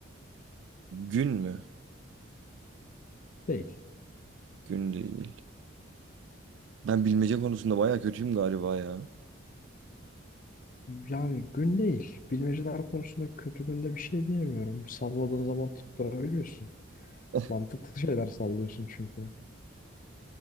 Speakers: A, on the right (about 65°); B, on the left (about 40°).
A: Gün mü?
B: Değil.
A: Gün değil. Ben bilmece konusunda bayağı kötüyüm galiba ya.
B: Yani gün değil. Bilmeceler konusunda kötü günde bir şey diyemiyorum. Salladığın zaman tutturabiliyorsun.
A: <laughs>
B: Mantıklı şeyler sallıyorsun çünkü.